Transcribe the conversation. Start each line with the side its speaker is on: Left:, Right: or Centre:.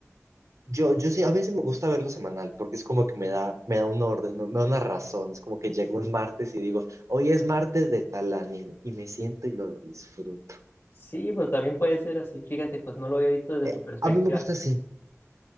Right: yo, yo sí, a mí sí me gusta verlo semanal, porque es como que me da, me da un orden, me, me da una razón, es como que llego un martes y digo, hoy es martes de tal anime, y me siento y lo disfruto.
Left: Sí, pues también puede ser así. Fíjate, pues no lo había visto desde
Right: Eh,
Left: tu perspectiva.
Right: a mí me gusta así,